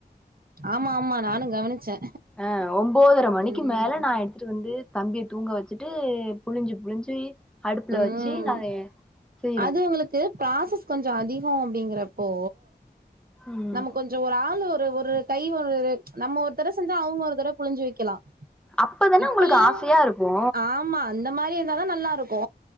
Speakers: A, on the right; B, in the centre.
A: ஆமா ஆமா நானு கவனிச்சே
B: ஆ ஒம்போதர மணிக்கு
A: ம்
B: மேலே நா எடுத்துட்டு வந்து தம்பிய தூங்க வச்சுட்டு புலிஞ்சு புலிஞ்சு அடுப்புல
A: ம்
B: வச்சு நா அது செய்றே
A: அது உங்களுக்கு ப்ராசஸ் கொஞ்சோ அதிகோ அப்டிங்றப்போ
B: ம்
A: நம்ம கொஞ்சோ ஒரு ஆள் ஒரு ஒரு கை ஒரு நம்ம ஒருத்தற செஞ்சா அவங்க ஒருத்தட புழிஞ்சு வைக்கலா
B: அப்பதானே
A: இப்புல்லா
B: உங்களுக்கு ஆசையா இருக்கு
A: ஆமா அந்த மாரி இருந்தாதா நல்லா இருக்கு